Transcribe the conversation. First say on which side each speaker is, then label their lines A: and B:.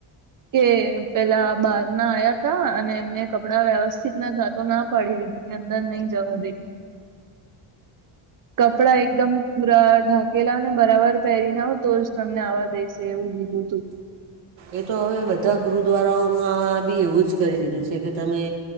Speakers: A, on the right (about 40°); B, on the right (about 65°).
A: કે પેલા બહાર ના આયા ના અને એમને કપડા વ્યવસ્થિત નતા તો ના પાડી દીધી કે અંદર નહી જવા દઈએ કપડા એકદમ પૂરા ઢક કેલા ને બરાબર પહેરીને આવો તો જ તમને આવા દેશે એવું કીધું તું
B: એ તો હવે બધા ગુરુદ્વારાઓમાં બી એવું જ કરી દીધું છે કે તમે